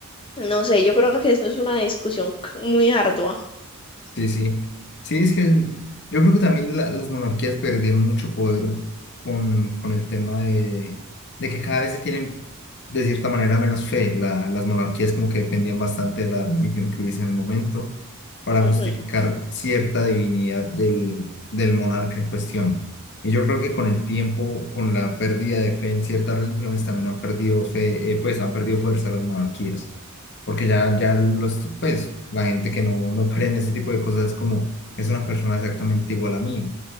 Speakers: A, on the left; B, on the left.
A: no sé, yo creo que esto es una discusión c- muy ardua.
B: Sí, sí. Sí, es que yo creo que también la- las monarquías perdieron mucho poder con, con el tema de, de que cada vez se tienen, de cierta manera, menos fe. La- las monarquías como que dependían bastante de la religión que hubiese en el momento para
A: Ujú,
B: justificar cierta divinidad del, del monarca en cuestión. Y yo creo que con el tiempo, con la pérdida de fe en ciertas religiones, también han perdido fe, eh, pues han perdido fuerza las monarquías porque ya, ya los, pues, la gente que no, no cree en ese tipo de cosas es como, es una persona exactamente igual a mí.